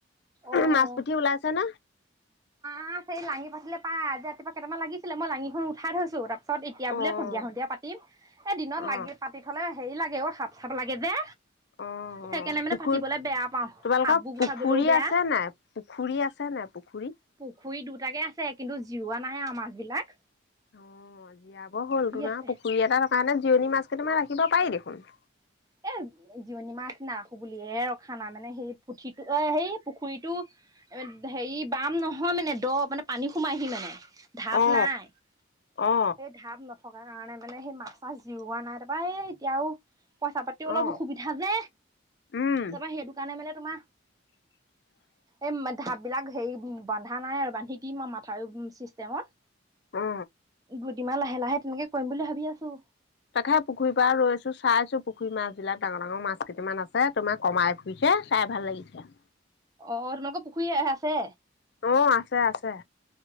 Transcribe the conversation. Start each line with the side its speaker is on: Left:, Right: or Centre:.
Right: অ'।
Left: মাছ পুঠি ওলাইছে ন।
Right: আ, এই লাঙী, পাতিলে পাই। আজি ৰাতিপুৱা কেইামান লাগিছিলেই লাঙিখন উঠাই থৈছো, তাৰপিছত এতিয়া
Left: অ',
Right: বোলে সন্ধিয়া সন্ধিয়া কি? এ, দিনত লাঙি
Left: অ',
Right: পাতি থলে হেৰি লাগে অ সাপ চাপ লাগে যে।
Left: অ',
Right: সেইকাৰণে
Left: অ', পুখুৰী
Right: মানে পাতিবলৈ বেয়া পাওঁ,
Left: তোমালোকৰ
Right: সাপবোৰ
Left: পুখুৰী
Right: গুঠাবলেও বেয়া।
Left: আছে নাই পুখুৰী আছে নে পুখুৰী?
Right: পুখুৰী দুটাকে আছে, কিন্তু জিওৱোৱা নাহে আৰু মাছবিলাক।
Left: অঁ, জীয়াব হ'ল তোমাৰ
Right: আছে
Left: পুখুৰী এটাৰ কাৰণে জিৰণি মাছকেইটামান তোমাৰ ৰাখিব পাৰি দেখোন।
Right: এ, জিৰণি মাছ নাৰাখো বুলিহে ৰখা নাই মানে সেই পুঠিটো অ সেই পুখুৰীটো এব হেৰি বাম নহয় মানে দ মানে পানী সোমাইহি মানে। ঢাপ
Left: অ
Right: নাই,
Left: অ
Right: এই ঢাপ ন থকাৰ কাৰণে মানে সেই মাছ - চাছ জিওৱা নাই তাৰপা এই এতিয়াও পইছ তে অলপ
Left: অ
Right: অসুবিধা যে
Left: উম
Right: তাৰপৰা সেইটো কাৰণে মানে তোমাৰ
Left: <inaudible>
Right: এম এ ঢাপবিলাক হেৰি উম বন্ধা নাই আৰু বান্ধি দিম আৰু মাথাউৰি চিষ্টেমত।
Left: অ
Right: দুদিনমান লাহে - লাহে তেনেকে কৰিম বুলি ভাবি আছো।
Left: তাকেহে পুখুৰীৰ পৰা ৰৈ আছো, চাইছো পুখুৰী মাছবিলাক ডাঙৰ - ডাঙৰ মাছকেইটামান আছে তোমাৰ কমাই বুজিছে চাই ভাল লাগিছে।
Right: অ, তোমালোকৰ পুখুৰী আ আছে?
Left: অ আছে আছে,